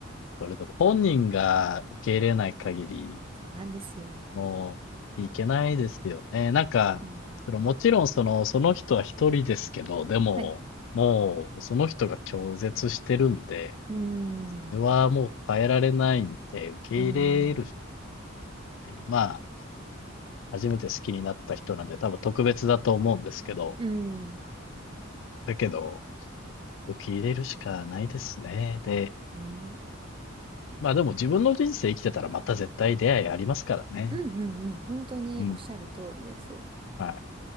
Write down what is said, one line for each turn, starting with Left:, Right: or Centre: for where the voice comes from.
Left: それでも本人が受け入れない限り、
Right: そうなんですよ。
Left: もういけないですよね。なんか、
Right: うん。
Left: その、もちろんその、その人は一人ですけど、でも、
Right: はい。
Left: もうその人が拒絶してるんで
Right: うーん。
Left: それはもう変えられないんで、受け入れるしかないで
Right: うーん。
Left: すね。まあ、初めて好きになった人なんで、多分特別だと思うんですけど、
Right: うーん。
Left: だけど、受け入れるしかないですね。で、
Right: ね。
Left: まあでも自分の人生生きてたらまた絶対出会いありますからね。
Right: うんうんうん。本当におっしゃる通りです。
Left: うん。はい。